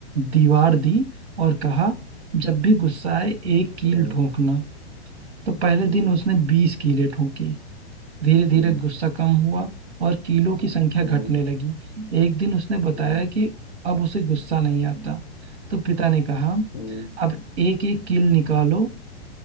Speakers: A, on the right; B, on the left.
A: दीवार दी और कहा जब भी गुस्सा आए एक कील
B: हम्म,
A: ठोकना तो पहले
B: हम्म,
A: दिन उसने बीस कीलें ठोकी धीरे धीरे
B: हम्म,
A: गुस्सा कम हुआ और कीलों की संख्या
B: हम्म,
A: घटने लगी एक दिन उसने बताया
B: हम्म,
A: कि अब उसे गुस्सा नहीं आता तो पिता ने कहा
B: हम्म, हम्म,
A: अब एक एक कील निकालो